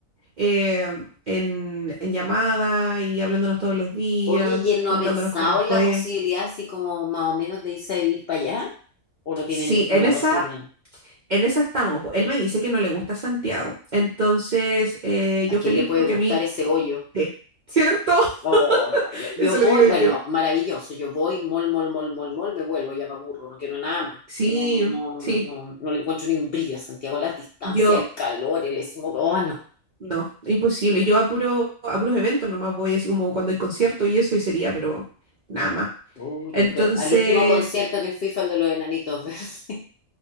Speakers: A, on the right; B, on the left.
A: eh, en, en llamada y hablándonos todos los días,
B: Oye, ¿y él no
A: contándonos
B: ha pensado
A: cómo nos fue.
B: en la posibilidad así como más o menos de irse a vivir para allá? ¿O no tiene
A: Sí,
B: ninguna
A: en esa,
B: posibilidad?
A: en esa estamos. po. Él me dice que no le gusta Santiago. Entonces, eh,
B: ¿A
A: yo
B: quién
A: feliz
B: le puede
A: porque
B: gustar
A: a mí,
B: ese hoyo?
A: sí, ¿cierto?
B: Oh, no,
A: <laughs>
B: yo, yo
A: Eso le
B: voy,
A: digo
B: bueno,
A: yo.
B: maravilloso, yo voy, mol, mol, mol, mol, mol, me vuelvo, ya me aburro, no quiero nada más.
A: Sí,
B: No, no,
A: sí,
B: no, no, no le encuentro ni un brillo a Santiago, las distancias,
A: yo
B: el calor, el smog, oh, no.
A: no, imposible. Yo a, puro, a puros eventos nomás voy, así como cuando hay concierto y eso, y sería, pero nada más.
B: Oh, yo
A: Entonces,
B: creo, al último concierto que fui fue el de los Enanitos Verdes. <laughs>